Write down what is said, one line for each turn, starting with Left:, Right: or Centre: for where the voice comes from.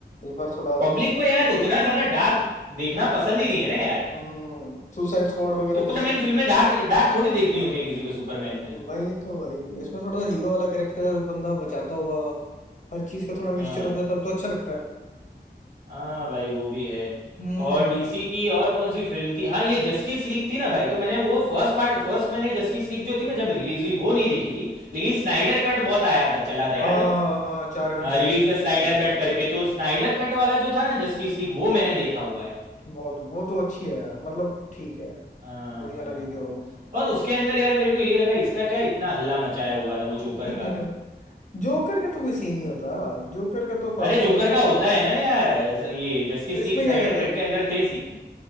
Left: इस बार थोड़ा
Right: पब्लिक
Left: सही
Right: को यार
Left: है।
Right: उतना ज्यादा डार्क देखना पसंद ही नहीं है ना यार
Left: हम्म सुसाइड स्क्वाड वगैरह
Right: सुपरमैन
Left: जैसी
Right: फिल्में
Left: चीज
Right: डार्क डार्क थोड़ी देखनी होती है किसी को सुपरमैन फिल्म
Left: वही तो भाई इसमें थोड़ा सा हीरो वाला कैरेक्टर बंदा बचाता हुआ हर चीज का थोड़ा मिक्सचर
Right: हाँ
Left: होता है तब तो अच्छा लगता है
Right: हाँ भाई वो भी है
Left: हम्म
Right: और डीसी की और कौन सी फिल्म थी हाँ ये जस्टिस लीग थी ना भाई तो मैंने वो फर्स्ट पार्ट फर्स्ट मैंने जस्टिस लीग जो थी ना जब रिलीज हुई वो नहीं देखी थी लेकिन स्नाइडर कट बहुत आया था चला था याद
Left: हाँ
Right: है
Left: हाँ हाँ चार घंटे
Right: रिलीज
Left: की मूवी
Right: द स्नाइडर कट करके तो स्नाइडर कट वाला जो था ना जस्टिस लीग वो मैंने देखा हुआ है
Left: वो वो तो अच्छी है यार मतलब ठीक है यार,
Right: हाँ
Left: बढ़िया
Right: हाँ
Left: लगी थी
Right: हाँ
Left: वो
Right: और उसके अंदर यार मेरे को ये लगा इसका क्या इतना हल्ला मचाया हुआ था वो जोकर
Left: <laughs>
Right: का
Left: जोकर का तो कोई सीन नहीं होता जोकर का तो फालतू
Right: अरे जोकर
Left: में इतना
Right: का होता है ना यार ये जस्टिस
Left: तो इसमें
Right: लीग स्नाइडर
Left: क्या करता
Right: कट के अंदर थे सीन